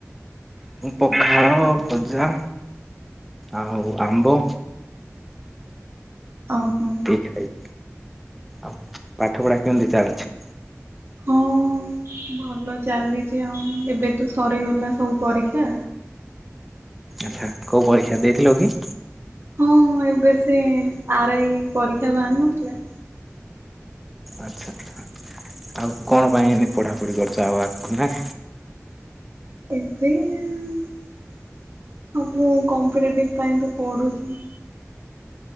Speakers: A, in the centre; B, on the right (about 50°).
A: ପଖାଳ ଭଜା ଆଉ ଆମ୍ବ।
B: ଓହୋ।
A: ଏତିକି ଖାଇଛି ଆଉ ପାଠ ପଢା କେମିତି ଚାଲିଛି।
B: ହଁ ଭଲ। ଚାଲିଛି ଆଉ ଏବେ ତୁ ସରିଗଲା ସବୁ ପରୀକ୍ଷା।
A: ଆଛା କୋଉ ପରୀକ୍ଷା ଦେଇଥିଲୁ କି?
B: ହଁ ଏବେ ସେ ଆର ଆଇ ପରୀକ୍ଷା ବାହାରି ନଥିଲା।
A: ଆଛା ଆଛା ଆଉ କଣ ପାଇଁ ଏମି ପଢାପଢି କରୁଛ ଆଉ ଆଗକୁ ନା।
B: ଏବେ ସବୁ କ ପଟିଭ ପାଇଁ ତ ପଢୁଛି।